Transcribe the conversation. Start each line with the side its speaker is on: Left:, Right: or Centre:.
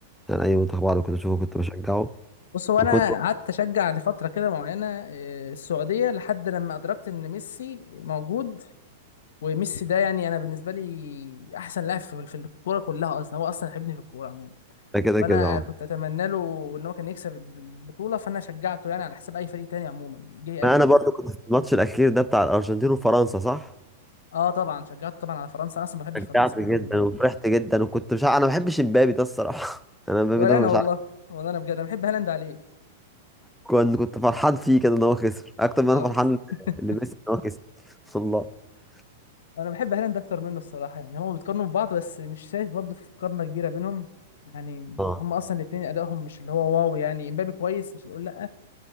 Centre: يعني اي منتخب عربي كنت بشوفه كنت بشجعه
Left: بص هو
Centre: وكنت
Left: انا
Centre: بشجع
Left: قعدت اشجع لفتره كده معينه آه، السعوديه لحد لما ادركت ان ميسي موجود وميسي ده يعني انا بالنسبه لي احسن لاعب في في الكوره كلها اصلا هو اصلا حبني في الكوره عموما
Centre: كده
Left: فانا
Centre: كده اه
Left: كنت اتمنى له ان هو كان يكسب البطوله فانا شجعته يعني على حساب اي فريق تاني عموما جه
Centre: ما
Left: قبله
Centre: انا برضو
Left: يعني
Centre: كنت في الماتش الاخير ده بتاع الارجنتين وفرنسا صح
Left: اه طبعا شجعته طبعا على فرنسا انا اصلا ما بحبش
Centre: شجعت
Left: فرنسا يعني
Centre: جدا وفرحت جدا وكنت مش عارف انا ما بحبش امبابي ده الصراحه <laughs> انا امبابي
Left: ولا
Centre: ده
Left: انا
Centre: مش
Left: والله
Centre: عارف
Left: والله انا بجد انا بحب هالاند عليه
Centre: كنت كنت فرحان فيه كده ان هو خسر اكتر ما
Left: اه
Centre: انا فرحان
Left: <laughs>
Centre: لميسي ان هو كسب والله <laughs>
Left: انا بحب هالاند اكتر منه الصراحه يعني هما بيتقارنوا ببعض بس مش شايف برضه في مقارنه كبيره بينهم يعني
Centre: اه
Left: هما اصلا الاثنين ادائهم مش اللي هو واو يعني امبابي كويس مش هنقول لا